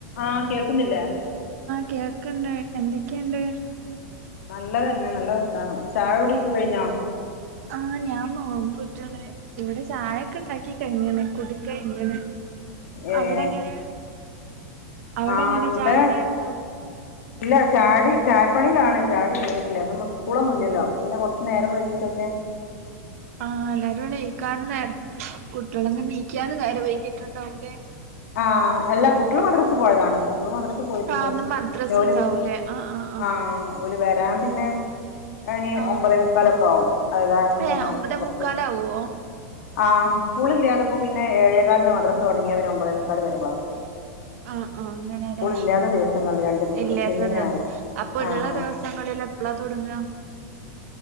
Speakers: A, on the left (about 75°); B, on the right (about 65°).
A: ആഹ് കേൾക്കുന്നില്ലേ
B: കേക്കണ്ട് എന്തൊക്കെയുണ്ട്
A: നല്ലതന്നെ നല്ല വർത്താനം ചായ കുടിയക്കെ കഴിഞ്ഞോ
B: ആഹ ഞാൻ നോകുമ്പോറ്റാണ് ഇവിടെ ചായയൊക്കെ ഇണ്ടാക്കി കഴിഞ്ഞാണ് കുട കഴഞ്ഞാണ്
A: ഏഹ്
B: അവിടെങ്ങനെ അവിടെ
A: ആഹ്
B: എങ്ങനെ
A: ഇവിടെ
B: ചായുടിനെയോ
A: ഇല്ല ചാടി ചായപ്പണിയിലാണ് ചായുടി കരിഞ്ഞട്ടില്ല ഇന്നു മൊ മുന്നില അപ്പോ പിന്ന കുറച്ച് നേരം കഴിഞ്ഞി ഓക്കെ
B: ആഹ് എല്ലാരും എണീ കാണും വേണം കുട്ടികളൊന്നും എനീ നീക്കാനും നേരെ വൈകിട്ടുണ്ട് അവന്റെ
A: ആഹ് എല്ലാ കുട്ടികളും മദ്രസ് പോയതാണ് ഇവള് മദ്രസേ പോയിട്ടുണ്ട്
B: ആഹ് ഇന്ന് മദ്രസ
A: ഓല്
B: ഉണ്ടാവൂലേ ആഹ് ആഹ് ആഹ്
A: ആ ഓല് വെരാൻ പിന്നെ ഇനി
B: ആഹ്
A: ഒമ്പതേമുക്കാലൊക്കെ ആകും അത് കാരണം പിന്നെ
B: ഏഹ് ഒമ്പതേ
A: കൊറത്ത്
B: മുക്കാലാവോ
A: ആ കൂളില്ലേ അതിപ്പോ പിന്നെ ഏഴേകാലിന് മദ്രസ തുടങ്ങിയ അവര് ഒമ്പതേമുക്കാൽ വരെ ക്ലാസ് എടുക്കും
B: ആ ആഹ് അങ്ങനെയല്ലേ
A: സ്കൂളില്ലാത്ത ദിവസങ്ങളിൽ രണ്ട് ദിവസം
B: ഇല്ലാത്ത
A: ശനിയും
B: ദിവസ
A: ഞായറും
B: അപ്പൊ
A: ആഹ്
B: ഉള്ള
A: ആഹ്
B: ദിവസങ്ങളിൽ എപ്പളാ തുടങ്ങാ